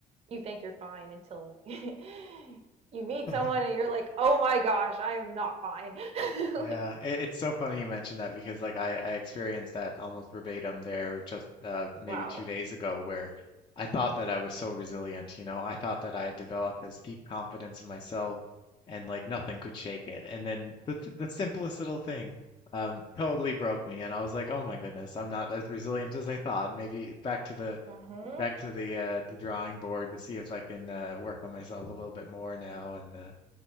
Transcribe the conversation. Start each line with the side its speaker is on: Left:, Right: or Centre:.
Right: you think you're fine until <laughs> you meet
Left: <laughs>
Right: someone and you're like oh my gosh i am not fine <laughs> like
Left: Yeah, it, it's so funny you mentioned that because like I, I experienced that almost verbatim there just uh, maybe
Right: wow
Left: two days ago where I thought that I was so resilient, you know, I thought that
Right: mm-hmm.
Left: I had developed this deep confidence in myself and like nothing could shake it. And then the the simplest little thing um totally broke me and I was like, "Oh my goodness, I'm not as resilient as I thought. Maybe back to the
Right: Mm-hmm.
Left: back to the uh the drawing board to see if I can uh, work on myself a little bit more now and uh,